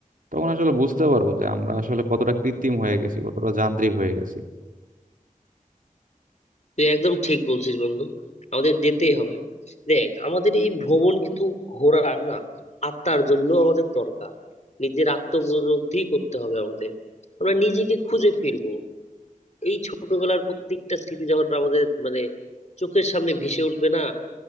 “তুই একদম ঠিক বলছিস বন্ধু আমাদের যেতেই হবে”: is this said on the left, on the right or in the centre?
Left